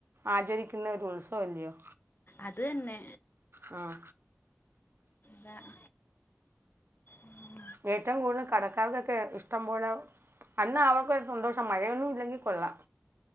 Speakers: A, on the right; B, on the left.
A: ആചരിക്കുന്ന ഒരു ഉത്സവല്ലയോ
B: അത് തന്നെ
A: ഉം
B: വരാം ഉം
A: ഏറ്റവും കൂടുതൽ കടക്കാർക്കൊക്കെ ഇഷ്ടം പോലെ അന്നാ അവർക്കൊരു സന്തോഷം മഴയൊന്നും ഇല്ലെങ്കിൽ കൊള്ളാം